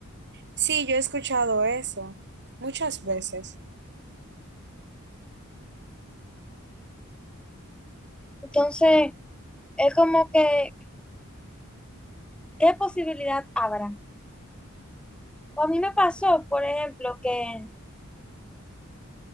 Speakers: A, on the right; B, in the centre.
A: Sí, yo he escuchado eso muchas veces.
B: Entonces, es como que, ¿qué posibilidad habrá? O a mí me pasó, por ejemplo, que